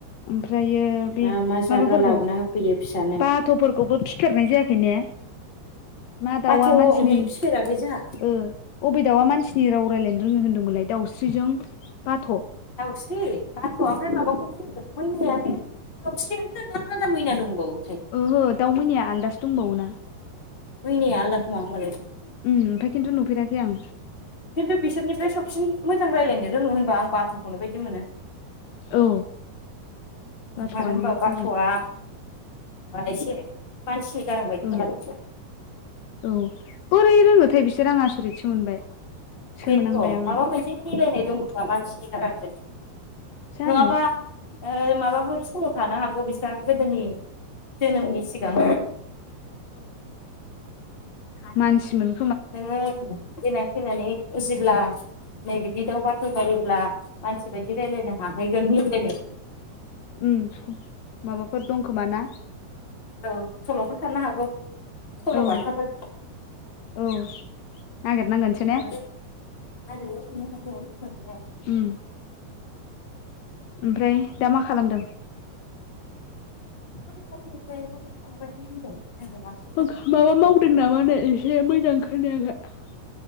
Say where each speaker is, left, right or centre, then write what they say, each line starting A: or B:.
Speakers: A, on the left; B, on the left.
A: ओमफ्रायो। बे
B: मा मा
A: माबाफोरखौ
B: जाग्रा लाबोना होफैयो फिसानो
A: बाथ'फोरखौबो फिथेरनाय जायाखै ने। मा दाउआ
B: बाथ' उमहो
A: मानसिनि
B: फिफेराखै जोंहा
A: ओ अबे दाउआ मानसिनि राव रायजलायनो रोङो होनदोंमोनलाय। दाउस्रिजों। बाथ'
B: दावस्रि बाथ'आ ओमफ्राय माबाखौ। मैनायाया बे दाउस्रियानो ना आलदा मैना दंबावो।
A: ओहो दाउमैनाया आलदासो दंबावो ना।
B: मैनाया आलदा
A: उम
B: खोमा होमबालाय
A: ओमफाय खिनथु नुफेराखै आं।
B: खिन्थु बिसोरनिफ्राय सबसिन मोजां रायलायनो रोङो होनबा। बाथ'खौनो बायदि मोनो।
A: औ बाथ'आनो
B: मानो होमबा बाथ'आ।
A: जागोन
B: एसे मानसिनि गारां बायदि
A: औ
B: खालामो।
A: औ बोरै रोङोथाय बिसोर आंङो आसरितसो मोनबाय। सोमोनांबाय
B: बेनोथ'
A: आङो
B: माबा मोनसे मिलायनाय दंखोमा मानसिनि गारांजों।
A: जानो
B: नङाबा ओ माबाफोर समाव थानो हागौ बिस्रा गोदोनि। जोनोमनि सिगां।
A: मानसि मोन।
B: नोङो फैनानै थैनानै उजिब्ला नै बिदि दाउ बाथ' जायोब्ला। मानसि बायदि रायलायनो हाहैगोन। <unintelligible>
A: ओम माबाफोर दंखोमा ना?
B: औ सल'फोर थानो हागौ। सल'बाथाफोर
A: औ' औ'
B: <inaudible>
A: नागिरनांगोनसो ने उम ओमफ्राय दा मा खालामदों?
B: फरायसानो थांबायानो होनजायो <inaudible> गासैबो
A: ओ माबा मावदों नामानो एसे मोजांं खोनायाखै